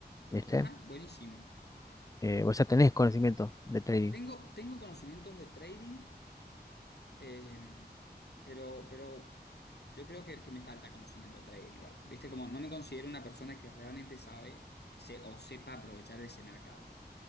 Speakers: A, on the left; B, on the left.
A: viste.
B: Ajá, buenísimo.
A: Eh, vos ya tenés conocimiento de trading.
B: Tengo, tengo conocimientos de trading, em, pero, pero yo creo que, que me falta conocimiento de trading igual. Viste, como no me considero una persona que realmente sabe se- o sepa aprovechar ese mercado.